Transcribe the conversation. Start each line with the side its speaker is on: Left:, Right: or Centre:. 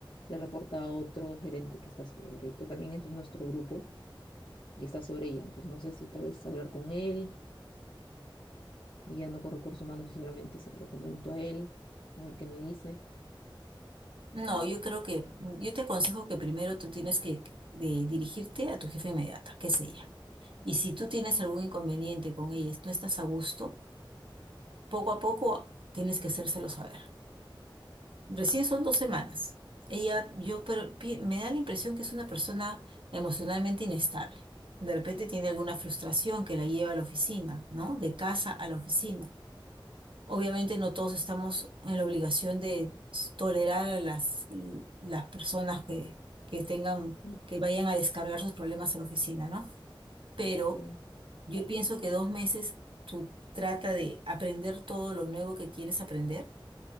Left: le reporta a otro gerente que está sobre, que también es nuestro grupo y está sobre ella. Entonces, no sé si tal vez hablar con él y ya no con recursos humanos y solamente se lo comento a él, a ver qué me dice.
Right: No, yo creo que, yo te aconsejo que primero tú tienes que eh, dirigirte a tu jefa inmediata, que es ella. Y si tú tienes algún inconveniente con ella, no estás a gusto, poco a poco tienes que hacérselo saber. Recién son dos semanas. Ella, yo, pero pi- me da la impresión que es una persona emocionalmente inestable. De repente tiene alguna frustración que la lleva a la oficina, ¿no? De casa a la oficina. Obviamente no todos estamos en la obligación de s- tolerar a las, las personas que, que tengan,
Left: Mm,
Right: que vayan a descargar sus problemas a la oficina, ¿no? Pero
Left: Que,
Right: yo pienso que dos meses tú trata de aprender todo lo nuevo que quieres aprender